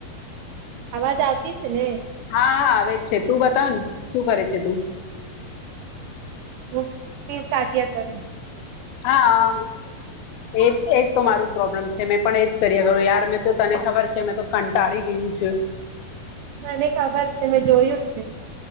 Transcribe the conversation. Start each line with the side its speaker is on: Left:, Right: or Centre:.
Right: અવાજ આવતી છે ને
Left: હા હા આવે છે તું બતાવ ને શું કરે છે તું
Right: હ ફી સાિયા કરું
Left: હા એ એ જ તો મારું પ્રોબ્લેમ છે મેં પણ એજ કર્યા ખો યાર મેં તો તને ખબર છે મેં તો કંટાળી ગય એું છે
Right: મને ખબર છે મેં જોયું છે